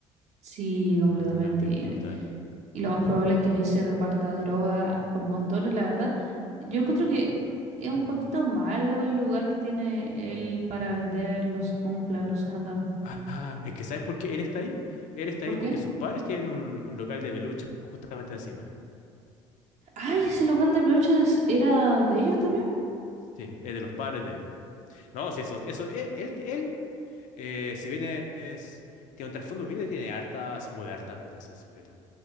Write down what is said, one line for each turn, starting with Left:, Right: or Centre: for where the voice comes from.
Right: Sí, completamente.
Left: Una cuestión realmente
Right: Y,
Left: brutal.
Right: y lo más probable es que ahí se reparta droga por montones, la verdad. Yo encuentro que es un poquito malo el lugar que tiene él para vender los cumpla, los Gundam.
Left: Ah, es que ¿sabes por qué él está ahí? Él está
Right: ¿Por
Left: ahí porque
Right: qué?
Left: sus padres tienen un, un local de peluches justamente encima.
Right: Ay, ese local de peluches era de ellos también.
Left: Sí, es de los padres de él. No, sí, eso, eso, él, él, Eh, si bien es, tiene un trasfondo humilde, tiene hartas, muy harta plata ese sujeto.